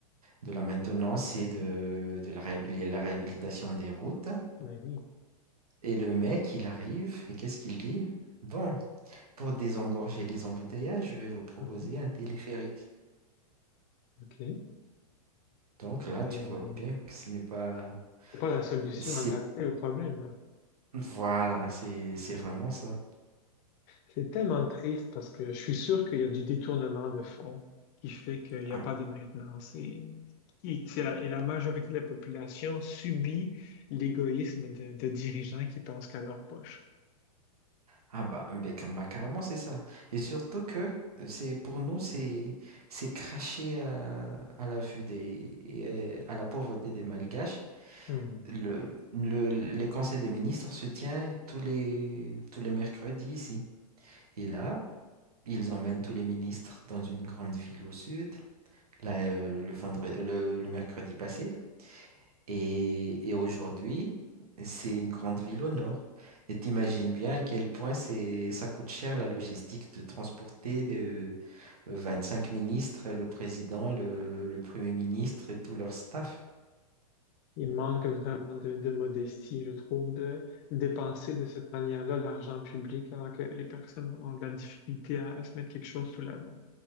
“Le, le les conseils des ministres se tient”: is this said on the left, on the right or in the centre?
Right